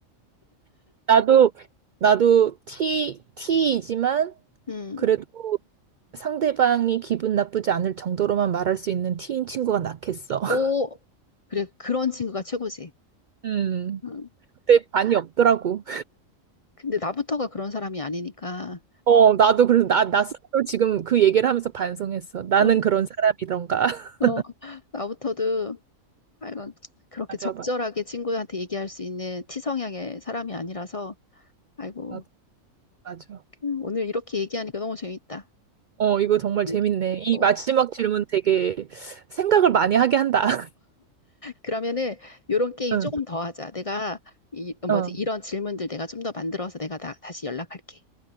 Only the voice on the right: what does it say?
나도, 나도 티, 티이지만
그래도 상대방이 기분 나쁘지 않을 정도로만 말할 수 있는 티인 친구가 낫겠어. <laughs>
음.
근데 반이 없더라고.
어, 나도 그래서 나, 나 스스로 지금 그 얘기를 하면서 반성했어. 나는
그런 사람이던가. <laughs>
맞아,
맞아.
나도, 맞아.
어, 이거 정말 재밌네.
이
마지막 질문 되게 생각을 많이 하게 한다. <laughs>
응,
응.